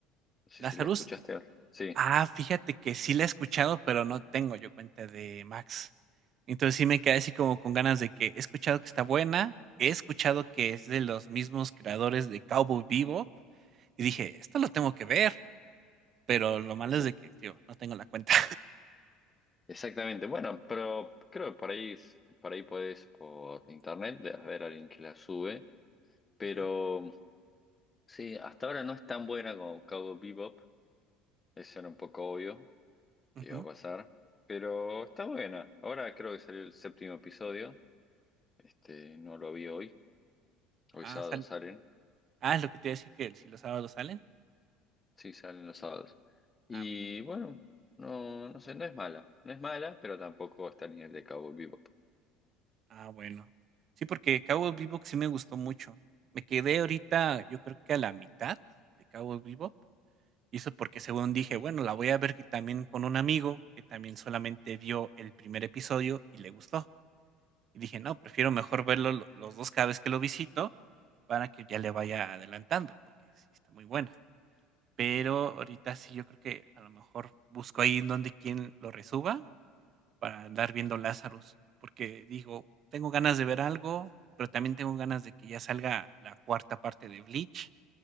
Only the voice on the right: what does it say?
Lazarus.
Ah, fíjate que sí la he escuchado, pero no tengo yo cuenta de Max. Entonces sí me quedé así como con ganas de que he escuchado que está buena, he escuchado que es de los mismos creadores de Cowboy Bebop y dije, esto lo tengo que ver, pero lo malo
es de que, tío, no tengo la cuenta.
<laughs>
Ujú,
ujú.
Ah,
sale.
Ah, es lo que te decía que si los sábados salen.
Ah, mira.
Ah, bueno. Sí, porque Cowboy Bebop sí me gustó mucho. Me quedé ahorita, yo creo que a la mitad de Cowboy Bebop. Y eso porque según dije, bueno, la voy a ver y también con un amigo que también solamente vio el primer episodio y le gustó. Y dije, no, prefiero mejor verlo lo- los dos cada vez que lo visito para que ya le vaya adelantando, porque sí está muy buena. Pero ahorita sí, yo creo que a lo mejor busco ahí en donde quien lo resuba para andar viendo Lázaros, porque digo, tengo ganas de ver algo, pero también tengo ganas de que ya salga la cuarta parte de Bleach.